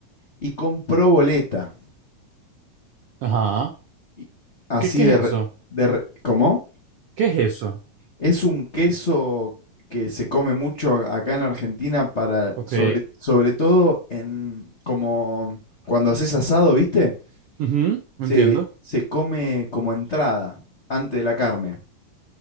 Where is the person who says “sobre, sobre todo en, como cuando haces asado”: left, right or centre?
Left